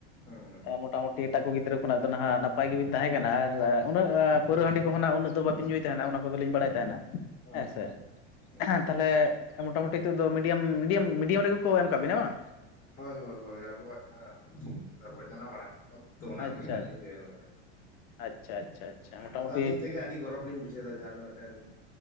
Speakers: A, on the left; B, on the left.
A: ᱦᱮᱸ ᱦᱮᱸ
B: ᱢᱚᱴᱟᱢᱩᱴᱤ ᱮᱴᱟᱜ ᱠᱚ ᱜᱤᱫᱽᱨᱟᱹ ᱠᱷᱚᱱᱟᱜ ᱫᱚ ᱱᱟᱦᱜ ᱱᱟᱯᱟᱭ ᱜᱮᱵᱤᱱ ᱛᱟᱦᱮᱸᱠᱟᱱᱟ ᱟᱨ ᱩᱱᱟᱹᱜ ᱯᱟᱹᱣᱟᱹ ᱦᱟᱺᱰᱤ ᱠᱚᱦᱚᱱᱟᱜ ᱩᱱᱟᱹᱜ ᱫᱚ ᱵᱟᱵᱤᱱ ᱧᱩᱭ ᱛᱟᱦᱮᱱᱟ ᱚᱱᱟ ᱠᱚᱫᱚᱞᱤᱧ ᱵᱟᱲᱟᱭ ᱛᱟᱦᱮᱱᱟ
A: ᱦᱮᱸ
B: ᱦᱮᱸᱥᱮ
A: ᱦᱮᱸ ᱦᱮᱸ ᱦᱮᱸ ᱦᱮᱸ
B: ᱛᱟᱦᱚᱞᱮ ᱢᱚᱴᱟᱢᱩᱴᱤ ᱱᱤᱛᱚᱜ ᱫᱚ ᱢᱤᱰᱤᱭᱟᱢ ᱢᱤᱰᱤᱭᱟᱢ ᱢᱤᱰᱤᱭᱟᱢ ᱨᱮᱜᱮ ᱠᱚ ᱮᱢ ᱠᱟᱜ ᱵᱤᱱᱟ ᱵᱟᱝ?
A: ᱦᱳᱭ ᱦᱳᱭ ᱦᱳᱭ ᱟᱵᱚᱣᱟᱜ ᱡᱟᱦᱟᱸ ᱚᱞᱪᱤᱠᱤ ᱡᱟᱦᱟᱸ ᱟᱵᱚ ᱡᱟᱱᱟᱢ ᱢᱲᱟᱝ ᱛᱟᱵᱚᱱ ᱛᱚ ᱚᱱᱟ
B: ᱟᱪᱪᱷᱟ
A: ᱨᱮᱜᱮ ᱦᱟᱸᱜ
B: ᱟᱪᱪᱷᱟ
A: ᱞᱤᱧ ᱡᱚᱭᱮᱱ ᱟᱠᱟᱫᱟ᱾
B: ᱟᱪᱪᱷᱟ ᱟᱪᱪᱷᱟ ᱟᱪᱪᱷᱟ ᱢᱚᱴᱟᱢᱩᱴᱤ
A: ᱟᱫᱚ ᱟᱹᱞᱤᱧ ᱛᱮᱜᱮ ᱟᱹᱰᱤ ᱜᱚᱨᱚᱵ ᱞᱤᱧ ᱵᱩᱡᱷᱟᱹᱣ ᱫᱟ ᱡᱟᱦᱟᱸ ᱫᱚ ᱢᱤᱫᱴᱮᱱ